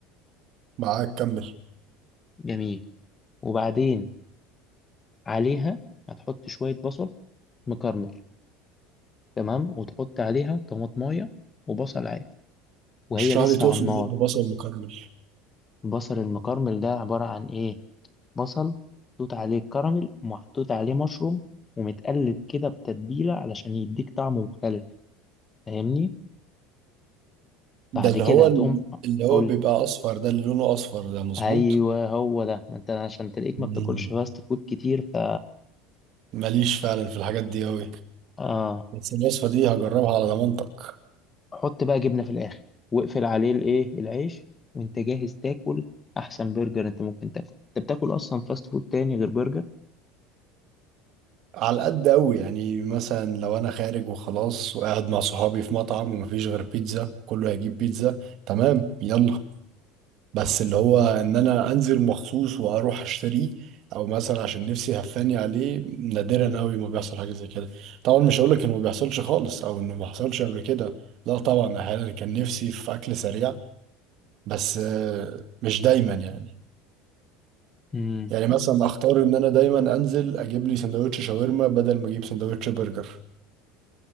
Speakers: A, on the right; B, on the left.
A: معاك كمل
B: جميل وبعدين عليها هتحط شوية بصل مكرمل تمام وتحط عليها طماطمايه وبصل عادي وهي
A: اشرح
B: لسه
A: لي تقصد
B: على النار
A: ايه ببصل مكرمل
B: البصل المكرمل ده عبارة عن إيه بصل محطوط عليه الكراميل ومحطوط عليه مشروم ومتقلب كده بتتبيلة علشان يديك طعم مختلف فاهمني بعد
A: ده اللي
B: كده
A: هو
B: هتقوم
A: اللي هو
B: قول
A: بيبقى اصفر ده اللي لونه اصفر ده مظبوط
B: أيوه هو ده ما أنت عشان تلاقيك
A: مم.
B: ما بتاكلش فاست فود كتير ف
A: ماليش فعلا في الحاجات دي قوي
B: آه
A: بس الوصفه دي هجربها على ضمانتك
B: حط بقى جبنة في الآخر واقفل عليه الإيه العيش وأنت جاهز تاكل أحسن برجر أنت ممكن تاكل أنت بتاكل أصلا فاست فود تاني غير برجر
A: على قد قوي يعني مثلا لو انا خارج وخلاص وقاعد مع صحابي في مطعم ومفيش غير بيتزا كله هيجيب بيتزا تمام يلا بس اللي هو ان انا انزل مخصوص واروح اشتريه او مثلا عشان نفسي هفاني عليه نادرا قوي ما بيحصل حاجه زي كده طبعا مش هقول لك انه ما بيحصلش خالص او انه ما حصلش قبل كده لا طبعا احيانا كان نفسي في اكل سريع بس آه، مش دايما يعني
B: امم
A: يعني مثلا اختار ان انا دايما انزل اجيب لي سندوتش شاورما بدل ما اجيب سندوتش برجر